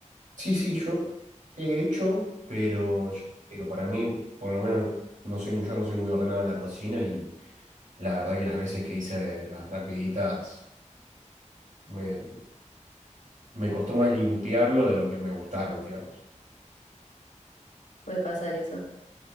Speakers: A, on the right; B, on the left.
A: Sí, sí, yo he hecho, pero yo digo, para mí, por lo menos, no soy, yo no soy muy ordenado en la cocina y La verdad que las veces que hice las rapiditas me, me costó más limpiarlo de lo que me gustaron, digamos.
B: Puede pasar eso.